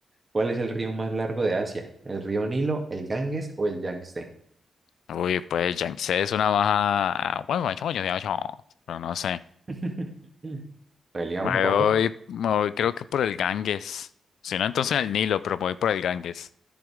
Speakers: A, on the right; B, on the left.
A: ¿Cuál es el río más largo de Asia? ¿El río Nilo, el Ganges o el Yangtze?
B: Uy, pues Yangtze es una baja. Bueno, bueno, yo- yo- yo- yo- pero no sé.
A: <laughs> Pues elija
B: Me
A: uno, papu.
B: voy, me voy- creo que por el Ganges. Si no, entonces el Nilo, pero me voy por el Ganges.